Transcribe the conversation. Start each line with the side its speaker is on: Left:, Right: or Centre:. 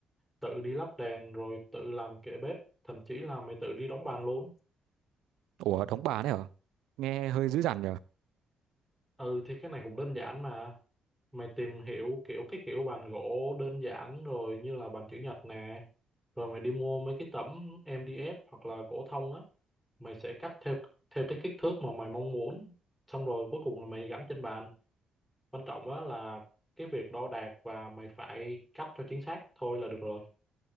Centre: tự đi lắp đèn rồi tự làm kệ bếp, thậm chí là mày tự đi đóng bàn luôn.
Right: ủa đóng bà đấy hả nghe hơi dữ dằn nhở
Centre: Ừ thì cái này cũng đơn giản mà. Mày tìm hiểu kiểu cái kiểu bàn gỗ đơn giản rồi như là bàn chữ nhật nè. Rồi mày đi mua mấy cái tấm MDF hoặc là gỗ thông á, mày sẽ cắt theo theo cái kích thước mà mày mong muốn. Xong rồi cuối cùng là mày gắn trên bàn. Quan trọng á là cái việc đo đạc và mày phải cắt cho chính xác thôi là được rồi.